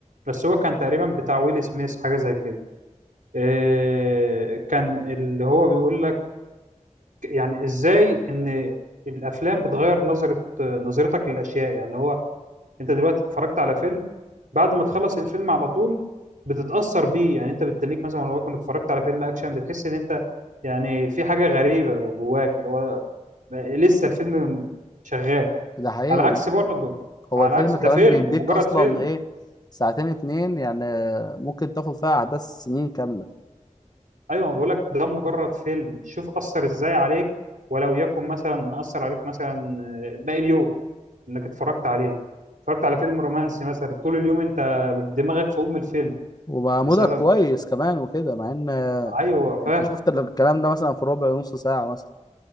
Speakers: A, on the right; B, on the left.
A: بس هو كان تقريبا بتاع ويل سميث حاجة زي كده آه، كان اللي هو بيقول لك يعني ازاي ان الافلام بتغير نظرة آه، نظرتك للاشياء يعني هو انت دلوقتي اتفرجت على فيلم بعد ما تخلص الفيلم على طول بتتأثر بيه يعني انت بالتليك مثلا لو كنت اتفرجت على فيلم اكشن بتحس ان انت يعني في حاجة غريبة جواك اللي هو لسه الفيلم شغال
B: ده حقيقي
A: على
B: وال-
A: عكس برضه
B: هو
A: على
B: الفيلم
A: عكس
B: كمان
A: ده فيلم
B: بيديك
A: ومجرد
B: اصلا
A: فيلم
B: ايه ساعتين اتنين يعني ممكن تاخد فيها احداث سنين كاملة
A: ايوه بقول لك ده مجرد فيلم شوف اثر ازاي عليك ولو يكن مثلا اثر عليك مثلا آه، باقي اليوم انك اتفرجت عليه اتفرجت على فيلم رومانسي مثلا طول اليوم انت دماغك في ام الفيلم
B: ومعمولة
A: بسبب
B: كويس كمان وكده مع ان
A: ايوه فاهم
B: انت شفت الكلام ده مثلا في ربع نص ساعة مثلا